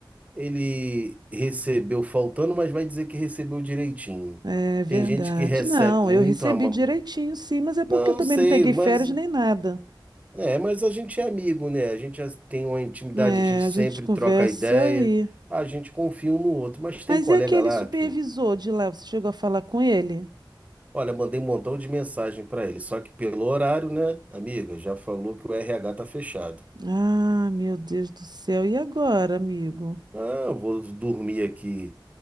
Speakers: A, on the right; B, on the right.
A: ele recebeu faltando, mas vai dizer que recebeu direitinho.
B: É verdade.
A: Tem gente que recebe
B: Não,
A: muito
B: eu recebi
A: a mão.
B: direitinho, sim, mas é porque
A: Não
B: eu também
A: sei,
B: não peguei
A: mas
B: férias nem nada.
A: É, mas a gente é amigo, né? A gente já tem uma intimidade,
B: É,
A: a gente sempre
B: a gente conversa
A: troca ideia,
B: aí.
A: a gente confia um no outro, mas
B: Mas
A: tem colega
B: e aquele
A: lá
B: supervisor
A: que,
B: de lá? Você chegou a falar com ele?
A: olha, mandei um montão de mensagem pra ele, só que pelo horário, né, amiga, já falou que o RH tá fechado.
B: Ah, meu Deus do céu. E agora, amigo?
A: Ah, eu vou dormir aqui